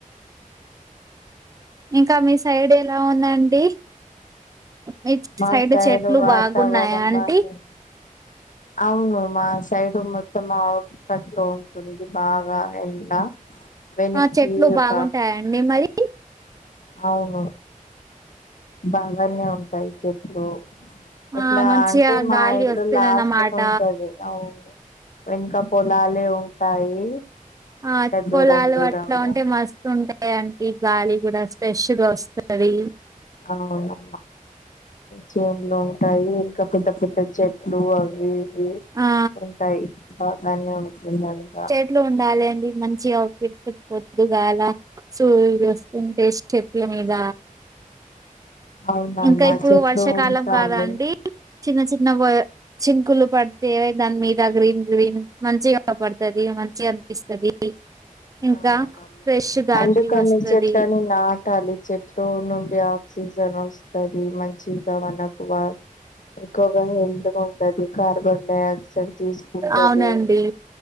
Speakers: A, on the right; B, on the left.
A: ఇంకా మీ సైడ్ ఎలా ఉందండి మీ
B: మా
A: సైడ్ చెట్లు
B: వాతావరణం
A: బాగున్నాయా అంటీ
B: బానే అవును మా సైడ్ మొత్తం అవుట్స్ కట్ లో ఉంటుంది బాగా ఎండ వెనక్కి
A: ఆ చెట్లు
B: ఒక
A: బాగుంటాయండి మరి
B: అవును బాగానే ఉంటాయి చెట్లు ఎట్లా
A: ఆ మంచిగా
B: అంటే మా
A: గాలి
B: ఇల్లు
A: వస్తుందన్నమాట
B: లాస్ట్కు ఉంటుంది అవును వెనక పోలలే ఉంటాయి
A: ఆచ్చ
B: దూరం
A: పొలాలు
B: దూరంగా
A: అట్లా ఉంటే మస్తు ఉంటాయి అంటడి గాలి కూడా స్పెష్ గా వస్తంది రీ
B: అవును చేనులు ఉంటాయి ఇంకా పెద్ద పెద్ద చెట్లు అవి ఇవి
A: ఆ
B: ఉంటాయి బాగానే ఉంటుందంతా
A: చెట్లు ఉండాలి అండి మంచిగా పో దుగాల సూర్యుడు చేస్తుంటే చెట్ల మీద
B: అవునమ్మా
A: ఇంకా ఇప్పుడు
B: చెట్లు
A: వర్షాకాలం
B: ఉంటాలి
A: కాదా అండి చిన్న చిన్న చింనుకులు పడితే దాని మీద గ్రీన్ గ్రీన్ మంచిగా కాపాడతాది మంచిగా అనిపిస్తది ఇంకా
B: అన
A: ఫ్రెష్ గాలి
B: అందుకని
A: వస్తది
B: చెట్లని నాటాలి చెట్టు నుండి ఆ ఆక్సిజన్ వస్తుంది మంచిగావ నాక్కువ ఎక్కువగా హెల్త్గా ఉంటది కార్బన్ డై ఆక్సైడ్ తీసుకుంటది
A: అవునండి